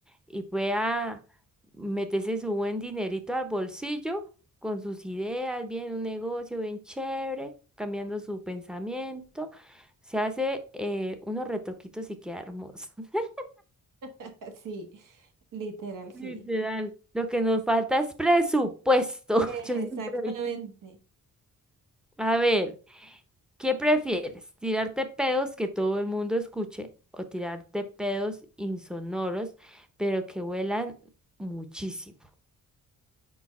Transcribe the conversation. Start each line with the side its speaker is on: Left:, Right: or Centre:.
Centre: y pueda meterse su buen dinerito al bolsillo con sus ideas, bien un negocio bien chévere, cambiando su pensamiento, se hace eh, unos retoquitos y queda hermoso. <laughs>
Right: <laughs> Sí, literal, sí.
Centre: Literal. Lo que nos falta es presupuesto. <laughs>
Right: Exactamente.
Centre: Yo siempre he dicho, a ver. ¿Qué prefieres? ¿Tirarte pedos que todo el mundo escuche o tirarte pedos insonoros, pero que huelan muchísimo